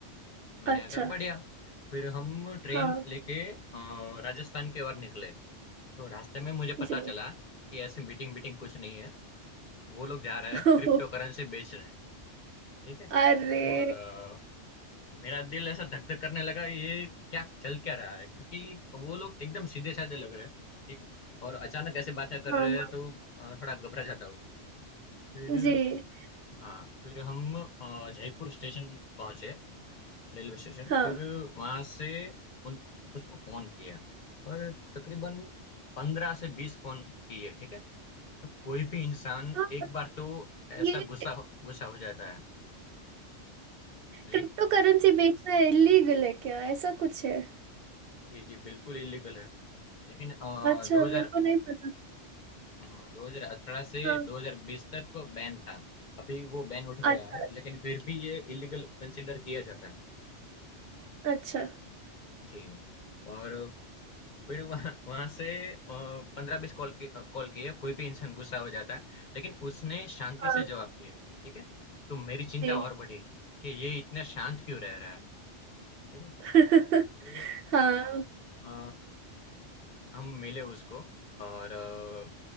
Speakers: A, on the left; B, on the right.
A: मैंने
B: अच्छा
A: कहा बढ़िया फिर हम ट्रेन
B: हाँ
A: लेके अ, राजस्थान की ओर निकले तो रास्ते में मुझे पता
B: जी
A: चला कि ऐसी मीटिंग मीटिंग कुछ नहीं है वो लोग जा रहे
B: <laughs>
A: हैं क्रिप्टो करेंसी बेच रहे हैं ठीक है
B: अरे
A: और अ, मेरा दिल ऐसा धक धक करने लगा ये क्या चल क्या रहा है क्योंकि वो लोग एकदम सीधे साधे लग रहे हैं ठीक है और अचानक ऐसे बातें कर
B: हाँ
A: रहे
B: हाँ
A: हैं तो अ, थोड़ा घबरा जाता हूँ फिर
B: जी
A: हाँ फिर हम अ, जयपुर स्टेशन पहुंचे रेलवे स्टेशन
B: हाँ
A: फिर वहां से उन उसको फोन किया और तकरीबन पंद्रह से बीस फोन किए ठीक है तो कोई भी इंसान
B: हाँ
A: एक बार तो ऐसा
B: ये
A: गुस्सा हो- गुस्सा हो जाता है जी
B: क्रिप्टो करेंसी बेचना इलीगल है क्या ऐसा कुछ है
A: जी, जी, बिल्कुल इल्लीगल है। लेकिन अ,
B: अच्छा
A: 2000
B: मेरे को नहीं पता
A: हाँ, 2018
B: था
A: से
B: हाँ
A: 2020 तक बैन था। अभी वो बैन उठ गया
B: अच्छा
A: है, लेकिन फिर भी ये इल्लीगल कंसीडर किया जाता है।
B: अच्छा अच्छा
A: जी, और फिर वहाँ वहाँ से अ, 15-20 कॉल की अ, कॉल किए, कोई भी इंसान गुस्सा हो जाता है, लेकिन उसने शांति
B: हाँ
A: से जवाब दिया, ठीक है? तो मेरी चिंता
B: जी
A: और बढ़ी कि ये इतना शांत क्यों रह रहा है, ठीक है?
B: <laughs>
A: तो ये
B: हाँ
A: अ हम मिले उसको और अ,